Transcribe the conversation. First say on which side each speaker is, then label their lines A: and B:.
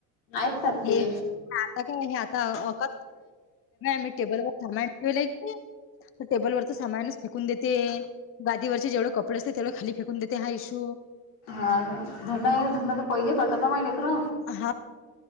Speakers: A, on the left (about 75°); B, on the left (about 30°).
A: ऐकतात
B: हे
A: ते
B: आता का नाही हे आता क मही टेबल वर थम ठलाी तर टेबल वरच सामानच फेकून देते. गादीवरचे जेवढ कपडे असते तेवढ खाली फेकून देते हा इश्यू
A: धंडा धंडा तर पहिले करतात माहिले तर्र
B: हा.